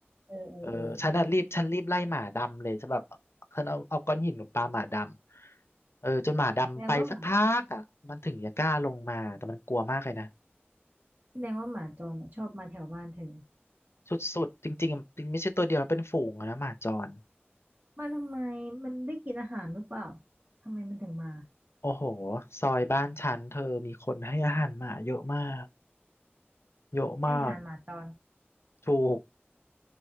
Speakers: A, on the right; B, on the left.
A: เออเออเออ
B: เออฉันอ่ะรีบฉันรีบไล่หมาดำเลยฉันแบบฉันเอาเอาก้อนหินปาหมาดำเออจนหมาดำไปสักพักอ่ะมันถึงจะกล้าลงมาแต่มันกลัวมากเลยนะ
A: แสดงว่าหมาแสดงว่าหมาจรอ่ะชอบมาแถวบ้านเธอ
B: สุดๆจริงๆจริงไม่ใช่ตัวเดียวนะเป็นฝูงอะนะหมาจร
A: มาทำไมมันได้กินอาหารหรือเปล่าทำไมมันถึงมา
B: โอ้โหซอยบ้านฉันเธอมีคนให้อาหารหมาเยอะมากเยอะมาก
A: ให้อาหารหมาจร
B: ถูก